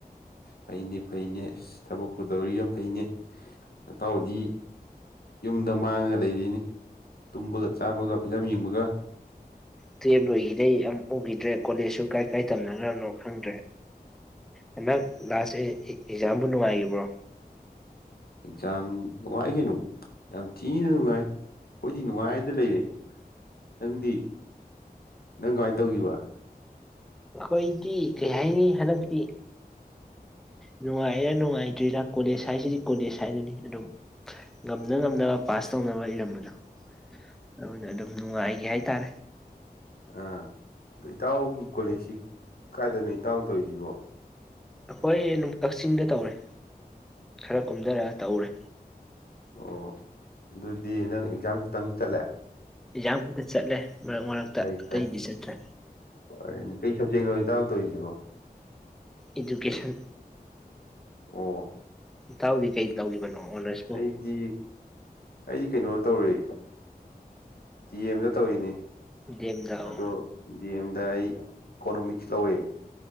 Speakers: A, on the left; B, in the centre.
A: ꯐꯩꯅꯦ ꯐꯩꯅꯦ ꯊꯕꯛꯄꯨ ꯇꯧꯔꯤ ꯌꯥꯝ ꯐꯩꯅꯦ ꯍꯇꯥꯎꯗꯤ ꯌꯨꯝꯗ ꯃꯥꯡꯉ ꯂꯩꯔꯤꯅꯤ ꯇꯨꯝꯕꯒ ꯆꯥꯕꯒ ꯐꯤꯂꯝ ꯌꯦꯡꯕꯒ
B: ꯇꯨꯌꯦꯞ ꯂꯣꯏꯒꯤꯕꯗꯩꯩ ꯎꯈꯤꯗ꯭ꯔꯦ ꯀꯣꯂꯦꯖꯁꯨ ꯀꯥꯏ ꯀꯥꯏ ꯇꯝꯅꯅꯕꯅꯣ ꯈꯪꯗ꯭ꯔꯦ ꯑ ꯂꯥꯁꯦ ꯑꯦꯛꯖꯥꯝꯕꯨ ꯅꯨꯡꯉꯥꯏꯈꯤꯕ꯭ꯔꯣ
A: ꯑꯦꯛꯖꯝ ꯅꯅꯨꯡꯉꯥꯏ ꯀꯩꯅꯣ ꯌꯥꯝ ꯊꯤꯅ ꯅꯨꯡꯉꯥꯏ ꯑꯩꯈꯣꯏꯗꯤ ꯅꯨꯡꯉꯥꯏꯅ ꯂꯩꯔꯦ ꯅꯪꯗꯤ ꯅꯪ ꯀꯃꯥꯏꯅ ꯇꯧꯈꯤꯕ
B: ꯑꯩꯈꯣꯏꯗꯤ ꯀꯩ ꯍꯥꯏꯅꯤ ꯍꯟꯗꯛꯇꯤ ꯅꯨꯡꯉꯥꯏꯔꯥ ꯅꯨꯡꯉꯥꯏꯇ꯭ꯣꯏꯔꯤꯔꯥ ꯀꯣꯂꯦꯖ ꯍꯥꯏꯁꯤꯗꯤ ꯀꯣꯂꯦꯖ ꯍꯥꯏꯗꯨꯅꯤ ꯑꯗꯨꯝ ꯉꯝꯅ ꯉꯝꯅꯕ ꯄꯥꯁ ꯇꯧꯅꯕ ꯏꯔꯝꯕꯗꯣ ꯑꯗꯨꯅ ꯑꯗꯨꯝ ꯅꯨꯡꯉꯥꯏꯒꯦ ꯍꯥꯏꯇꯥꯔꯦ
A: ꯑ ꯑ ꯏꯇꯥꯎꯒꯤ ꯀꯣꯂꯦꯖꯁꯤ ꯀꯥꯏꯗ ꯅꯣ ꯏ ꯇꯥꯡ ꯇꯧꯔꯤꯁꯤꯕꯣ
B: ꯍꯣꯏ ꯀꯛꯆꯤꯡꯗ ꯇꯧꯔꯦ ꯈꯔ ꯀꯨꯝꯊꯔꯒ ꯇꯧꯔꯦ
A: ꯑꯣ ꯑꯗꯨꯗꯤ ꯅꯪ ꯑꯦꯛꯖꯥꯝ ꯈꯛꯇꯪ ꯆꯠꯂꯦ
B: ꯑꯦꯛꯖꯥꯝ ꯈꯛꯇ ꯆꯠꯂꯦ ꯃꯔꯛ ꯃꯔꯛꯇ
A: ꯐꯩ
B: ꯑꯇꯩꯗꯤ
A: ꯐꯩ
B: ꯆꯠꯇ꯭ꯔꯦ
A: ꯐꯔꯦꯅꯦ ꯀꯩ ꯁꯕꯖꯦꯛꯅꯣ ꯏꯇꯥꯎ ꯇꯧꯔꯤꯁꯤꯕꯣ
B: ꯏꯗꯨꯀꯦꯁꯟ
A: ꯑꯣ
B: ꯇꯥꯎꯗꯤ ꯀꯩ ꯇꯥꯎꯗ ꯃꯅꯣ ꯑꯣꯅꯔꯁꯕꯨ
A: ꯑꯩꯗꯤ ꯑꯩꯗꯤ ꯀꯩꯅꯣ ꯇꯧꯔꯤ ꯗꯤ ꯑꯦꯝꯗ ꯇꯧꯔꯤꯅꯤ
B: ꯗꯦꯝꯗ ꯑꯣ
A: ꯑꯗꯣ ꯗꯤ ꯑꯦꯝꯗ ꯑꯩ ꯏꯀꯣꯅꯣꯃꯤꯛꯁ ꯂꯧꯋꯦ